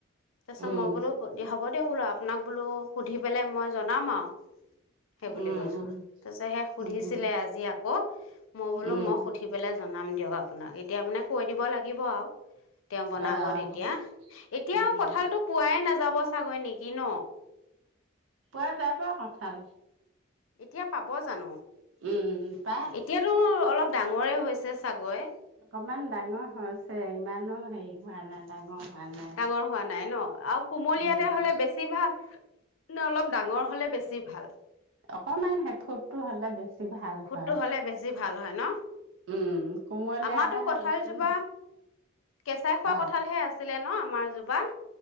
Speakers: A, on the left (about 85°); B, on the right (about 70°).
A: তাৰ পিছত
B: উম
A: মই বোলো দিয়া হ- দিয়ক বোলো আপোনাক বোলো সুধি পেলাই মই জনাম আৰু- সেই বুলি
B: উম
A: কৈছো তাৰপিছত সে সুধিছিলে
B: উম
A: আজি আকৌ মই বোলো
B: উম উম
A: মই সুধি পেলাই জনাম। <unintelligible> এতিয়া মানে কৈ দিব লাগিব আৰু তেওঁ বনাব
B: আহ
A: তেতিয়া এতিয়াও-
B: উম
A: কঠালটো পোৱাই নাযায় যাব চাগৈ নেকি ন।
B: পুৱা যাব কঠাল
A: এতিয়া পাব জানো
B: উম পাই
A: এতিয়াতো অলপ ডাঙৰে হৈছে- ছে চাগৈ-
B: অকণমান ডাঙৰ হৈছে ইমানো হেৰি হোৱা নাই ডাঙৰ- হোৱা নাই
A: ডাঙৰ হোৱা নাই ন আৰু কুমলীয়াতে
B: উম
A: হলে বেছি ভাল অলপ ডাঙৰ হলে বেছি ভাল।
B: অকমান হেফুটটো হ'লে বেছি ভাল
A: ফুটটো
B: হয়।
A: হ'লে বেছি ভাল হয় ন?
B: উম, কোমলীয়া
A: আমাৰো
B: এটা
A: কঠালজোপা
B: হ'লেচোন
A: কেঁচাই খোৱা
B: অ',
A: কঠালহে আছিলে ন? মাৰজোপা -